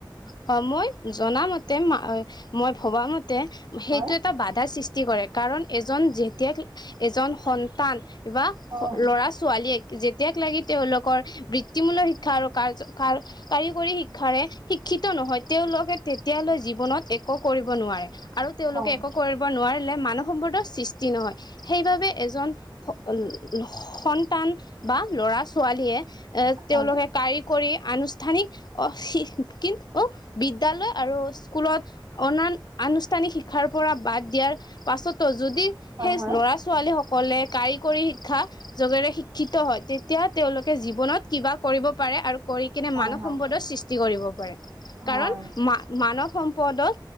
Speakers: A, on the left (about 60°); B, on the right (about 65°).
A: হয়, মই জনা মতে মই ভবা মতে সেইটো
B: হয়
A: এটা বাধা সৃষ্টি কৰে। কাৰণ এজন যেতিয়া এজন সন্তান বা
B: হয়
A: ল'ৰা ছোৱালীয়ে যেতিয়াক লাগি তেওঁলোকৰ বৃত্তিমূল্য শিক্ষা আৰু কাৰ, কাৰ, কাৰ কৰি শিক্ষাৰে শিক্ষিত নহয়, তেওঁলোকে তেতিয়ালৈ জীৱনত একো কৰিব নোৱাৰে। আৰু তেওঁলোকে
B: হয়
A: একো কৰিব নোৱাৰিলে মানৱ সম্পদৰ সৃষ্টি নহয়। সেইবাবে এজন স সন্তান বা ল'ৰা ছোৱালীয়ে এ
B: হয়
A: তেওঁলোকে কাৰিকৰী আনুষ্ঠানিক শ অ' বিদ্য়ালয় আৰু স্কুলত অনান আনুষ্ঠানিক শিক্ষাৰ পৰা বাদ দিয়াৰ পাছতো যদি
B: হয়
A: সেই ল'ৰা-ছোৱালী সকলে কাৰিকৰী শিক্ষা যোগেৰে শিক্ষিত হয়, তেতিয়া তেওঁলোকে জীৱনত কিবা কৰিব পাৰে আৰু কৰি কিনে
B: হয়
A: মানৱ
B: হয় হয়
A: সম্পদৰ সৃষ্টি কৰিব পাৰে কাৰণ
B: হয়
A: মা মানৱ সম্পদত